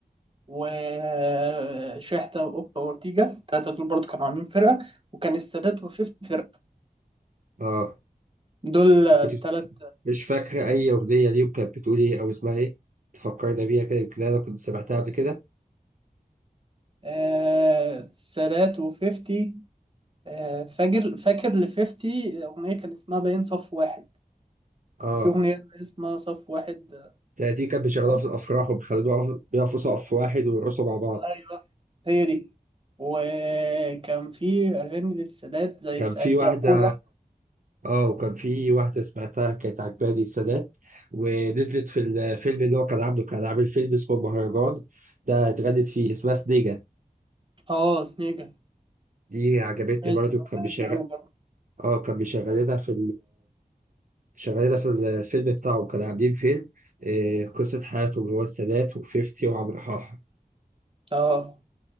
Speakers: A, on the right; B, on the right.
A: وشحتة وأوكا وأورتيجا التلاتة دول برضو كانوا عاملين فرقة وكان السادات وفيفتي فرقة
B: آه.
A: دول التلات
B: كنت بت- مش فاكرة أي أغنية ليهم كانت بتقول إيه أو اسمها إيه تفكرنا بيها كده يمكن أنا كنت سمعتها قبل كده
A: آه، السادات وفيفتي آه، فاكر فاكر لفيفتي أغنية كان اسمها باين صف واحد
B: آه
A: كان في أغنية اسمها صف واحد
B: ده دي كانت بيشغلوها
A: آه،
B: في الأفراح وبيخلوها بيقفوا سقف واحد ويرقصوا مع بعض
A: أيوه هي دي وكان في أغاني للسادات زي
B: كان
A: بتاعت
B: في
A: دراكولا
B: واحدة آه وكان في واحدة سمعتها كانت عجباني السادات ونزلت في الفيلم اللي هو كان عامله كان عامل فيلم اسمه مهرجان ده اتغنت فيه اسمها سنيجة
A: اه سنيجا
B: دي عجبتني
A: سمعت
B: برضه
A: الأغنية
B: كان بيشغل
A: دي أوي برضه
B: آه كان بيشغلنا في شغال ده في الفيلم بتاعه كانوا عاملين فيلم آه، قصة حياتهم اللي هو السادات وفيفتي وعمرو حاحة
A: اه